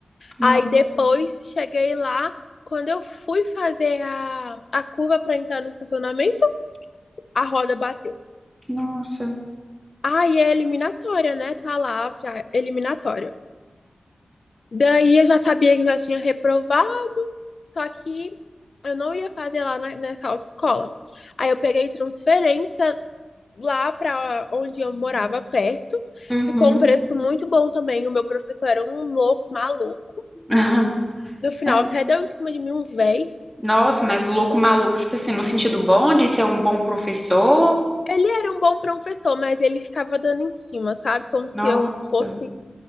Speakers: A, in the centre; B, on the left (about 65°).
A: Nossa.
B: Aí depois cheguei lá. Quando eu fui fazer a, a curva pra entrar no estacionamento, a roda bateu.
A: Nossa.
B: Aí é eliminatória, né? Tá lá já, eliminatória. Daí eu já sabia que eu já tinha reprovado, só que eu não ia fazer lá na- nessa autoescola. Aí eu peguei transferência, lá para onde eu morava perto.
A: Uhum.
B: Ficou um preço muito bom também. O meu professor era um louco maluco.
A: <laughs>
B: No final
A: É.
B: até deu em cima de mim um véi.
A: Nossa, mas louco maluco, tipo assim, no sentido bom de ser um bom professor.
B: Ele era um bom professor, mas ele ficava dando em cima, sabe? Como se
A: Nossa.
B: eu fosse